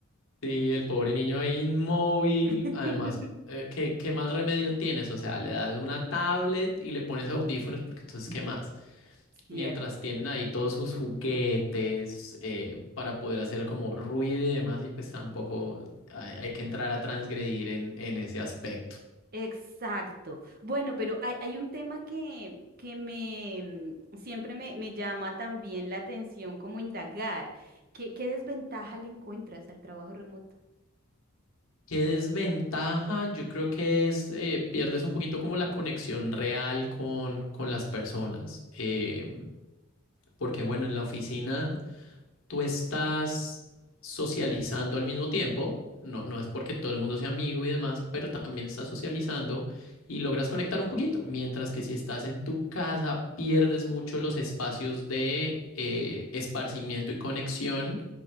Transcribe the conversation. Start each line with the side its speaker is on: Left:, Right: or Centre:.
Left: Sí, el pobre niño ahí inmóvil.
Right: <laughs>
Left: Además, eh, ¿qué, qué más remedio tienes? O sea, le das una tablet y le pones audífonos, porque entonces, ¿qué más?
Right: Cierto.
Left: Mientras tienen ahí todos sus juguetes eh, para poder hacer como ruido y demás, y pues tampoco hay, hay que entrar a transgredir en, en ese aspecto.
Right: Exacto. Bueno, pero hay, hay un tema que, que me mm, siempre me, me llama también la atención, como indagar. ¿Qué, qué desventaja le encuentras al trabajo remoto?
Left: ¿Qué desventaja? Yo creo que es, eh, pierdes un poquito como la conexión real con, con las personas. Eh, porque bueno, en la oficina... tú estás socializando al mismo tiempo. No,
Right: Ujú.
Left: no es porque todo el mundo sea amigo y demás, pero también estás socializando y logras conectar un poquito. Mientras que si estás en tu casa, pierdes mucho los espacios de eh, esparcimiento y conexión